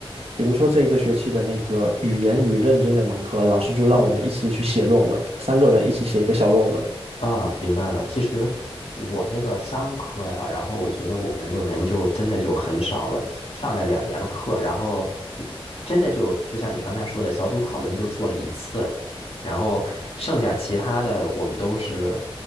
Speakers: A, on the right; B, on the left.
A: 比如说这一个学期的那个语言与认知那门课，老师就让我们一起去写论文，
B: 嗯
A: 三个人一起写一个小论文。
B: 啊，明白了。其实我这个商科呀，然后我觉得我们论文就真的就很少了，上了两年课，然后真的就就像你刚才说的，小组讨论就做了一次，然后剩下其他的我们都是